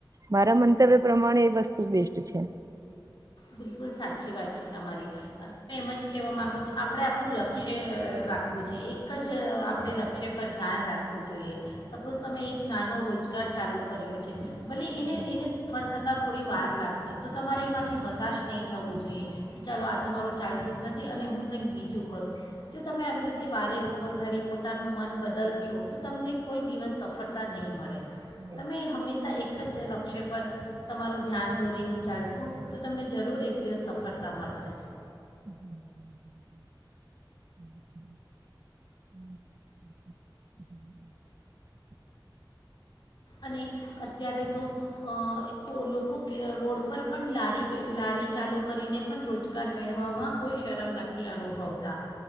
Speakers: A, on the right (about 45°); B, on the left (about 65°).
A: મારા મંતવ્ય પ્રમાણે એ વસ્તુ બેસ્ટ છે.
B: બિલકુલ સાચી વાત છે તમારી તમે એમ જ કહેવા માંગો છો આપણે આપણું લક્ષ્ય રાખવું છે એક જ આપણે લક્ષ્ય પર ધ્યાન રાખવું જોઈએ સપોઝ તમે એક નાનો રોજગાર ચાલુ કર્યો છે. ભલે એને
A: હમ
B: એને સફળ થતા થોડી વાર લાગ તો તમારે એમાંથી હ હતાશ નહીં થ ઉય જોઈએ કે ચાલો આ તો મારું ચાલતું જ નથી. અને હું કંઈક બીજું કરું જો તમે આવી રીતે વારે ઘડી પોતાનું મન બદલશો તો તમને કોઈ દિવસ સફળતા નહીં મળે.
A: હમ
B: તમે હંમેશા એક જ લક્ષ્યપ પર તમારું ધ્યાન દોરીને ચાલશું તો તો તમને જરૂર એક દિવસ સફળતા મળશે.
A: હ હ હ હ હ હ હ
B: અને અત્યારે તો એ લોકો રોડ પર પણ લારી લારી ચાલુ કરીને પણ રોજગાર મેળવવામાં કોઈ શરમ નથી અનુભવતા